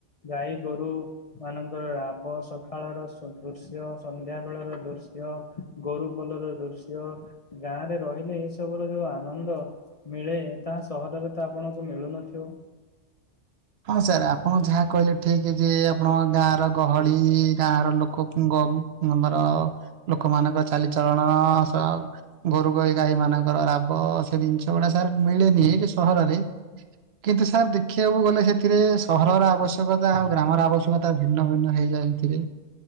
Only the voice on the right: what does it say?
ହଁ ସାର୍ ଆପଣ ଯାହା କହିଲେ ଠିକ ଯେ ଆପଣ ଗାଁ ର ଗହଳି ଗାଁ ର ଲୋକ କି କ ଆମର ଲୋକମାନଙ୍କ ଚାଲିଚଳଣ ସହ ଗୋରୁ ଗଈ ଗାଈ ମାନଙ୍କର ରାବ ସେ ଜିନିଷ ଗୁଡା ସାର୍ ମିଳେନି ଏଇଟି ସହରରେ କିନ୍ତୁ ସାର୍ ଦେଖିବାକୁ ଗଲେ ସେଥିରେ ସହରର ଆବଶ୍ୟକତା ଆଉ ଗ୍ରାମର ଆବଶ୍ୟକତା ଭିନ୍ନ ଭିନ୍ନ ହେଇଯାଏ ଏଥିରେ